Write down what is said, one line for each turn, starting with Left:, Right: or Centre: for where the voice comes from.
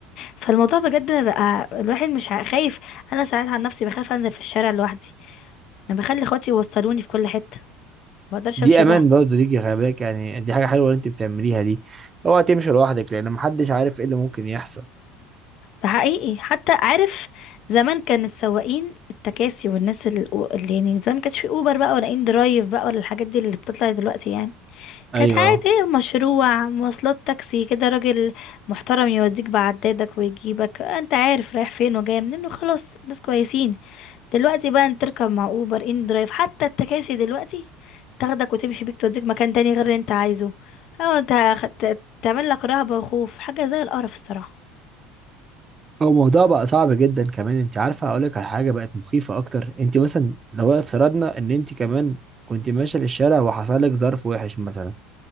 Left: فالموضوع بجد بقى الواحد مش ع- خايف انا ساعات عن نفسي بخاف انزل في الشارع لوحدي انا بخلي اخواتي يوصلوني في كل حته ما بقدرش
Right: دي
Left: امشي
Right: أمان
Left: لوحدي
Right: برضه ليكي خلي بالك يعني دي حاجة حلوة اللي أنت بتعمليها دي اوعى تمشي لوحدك لأن محدش عارف إيه اللي ممكن يحصل
Left: ده حقيقي حتى عارف زمان كان السواقين التكاسي والناس ال- اللي يعني زمان ما كانش في اوبر بقى ولا ان درايف بقى ولا الحاجات دي اللي بتطلع دلوقتي يعني
Right: أيوه
Left: كانت عادي مشروع مواصلات تاكسي كده راجل محترم يوديك بعدادك ويجيبك انت عارف رايح فين وجاي منين وخلاص ناس كويسين دلوقتي بقى انت تركب مع اوبر ان درايف حتى التكاسي دلوقتي تاخدك وتمشي بيك توديك مكان تاني غير اللي انت عايزه او انت خدت- تعمل لك رهبة وخوف حاجة زي القرف الصراحة
Right: هو الموضوع بقى صعب جدا كمان أنت عارفة أقول لك على حاجة بقت مخيفة أكتر أنت مثلا لو افترضنا إن أنت كمان كنت ماشية في الشارع وحصل لك ظرف وحش مثلا